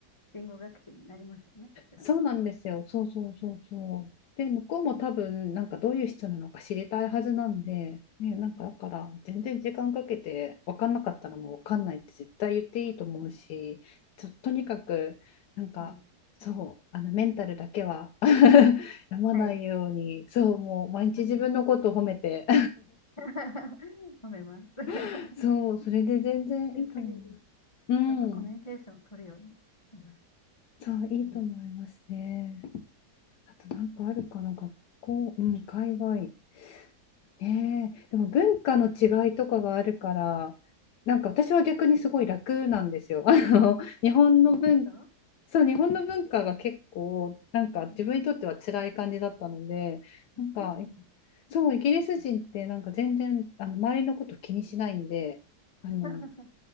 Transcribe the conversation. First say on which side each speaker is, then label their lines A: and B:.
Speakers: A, on the left (about 20°); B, on the left (about 75°).
A: 言語学習になりますよね、そちらとしては。
B: そうなんですよ。そうそうそうそう。
A: うん、
B: で、向こうも多分、なんかどういう人なのか知りたいはずなんで、ね、なんかだから、
A: うん
B: 全然時間かけて、分かんなかったらもう分かんないって絶対言っていいと思うし、ちょとにかく、なんか、
A: うん
B: そう、あのメンタルだけは <laughs> 病まないように、
A: はい、
B: そう、もう毎日自分のことを褒めて、
A: 頑張ります。<laughs> 褒めます。<laughs>
B: <laughs> そう、それで全然いいと思います。
A: できる限り、ちょっとコミュニケーションを取るようにしてます。
B: うん、そう、いいと思いますね。
A: うん。
B: あとなんかあるかな、学校、うん、海外。ねえ、でも文化の違いとかがあるから、
A: うん
B: なんか私は逆にすごい楽なんですよ。
A: うん
B: <laughs> あの、日本の文、
A: できる人
B: そう、日本の文化が結構、なんか自分にとっては辛い感じだったので、
A: うん
B: なんか、
A: そうなん
B: そう、イギリス人ってなんか全然、あの、周りのこと気にしないんで、あの、
A: だ <laughs>